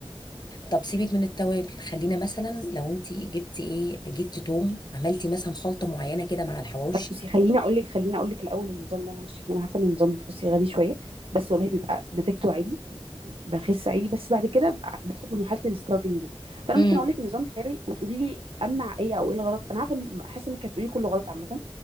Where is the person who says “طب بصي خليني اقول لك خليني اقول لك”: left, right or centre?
Right